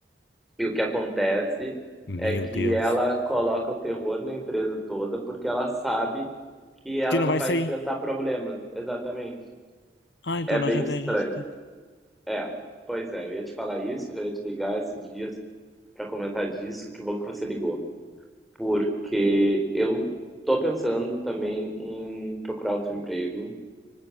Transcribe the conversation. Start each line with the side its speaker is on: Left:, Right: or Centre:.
Centre: E o que acontece
Left: Meu
Centre: é que
Left: Deus.
Centre: ela coloca o terror na empresa toda porque ela sabe que ela
Left: Que não
Centre: não
Left: vai
Centre: vai
Left: sair.
Centre: enfrentar problemas. Exatamente.
Left: Ah, então
Centre: É
Left: não
Centre: bem
Left: adianta
Centre: estranho.
Left: a gente. ter-
Centre: É, pois é, eu ia te falar isso, já ia te ligar esses dias para comentar disso, que bom que você ligou. Porque eu tô pensando também em procurar outro emprego,